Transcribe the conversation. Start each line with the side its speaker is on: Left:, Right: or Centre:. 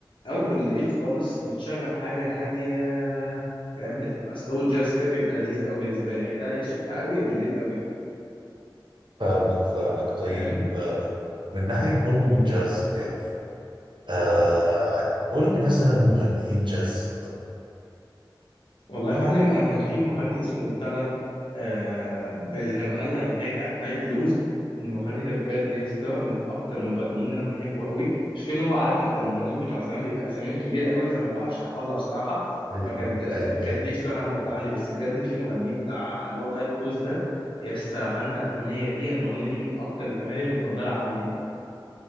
Left: او بالليل خالص بتشغل حاجه هاديه فاهم بتبقى سلو جاز كده بيبقى لذيذ قوي بالنسبه لي يعني ده يا الصبح قوي يا بالليل قوي
Right: فاهمك فاهمك طيب
Left: فاهم
Right: آه، من ناحيه برضه الجاز يعني آه قول لي مثلا مغنيين جاز
Left: والله يا معلم انا كان في مغني اسمه بتاع ده آه اللي كان غنى اغنيه بتاعت نايت بلوز المغني ده بجد يا اسطى من اكتر المغنيين اللي انا بحبه قوي مش كان هو عارف انت المغنيين بتوع زمان بيبقى اساميهم كبيره قوي فما بعرفش احفظها بصراحه
Right: طيب،
Left: فكانت آه،
Right: ايوه
Left: كانت
Right: ايوه
Left: دي بصراحه النقطه عندي بس بجد في مغنيين بتاع اللي هو نايت بلوز ده يا اسطى غنى الاغنيه دي انا الاغنيه دي من اكتر الاغاني المفضله عندي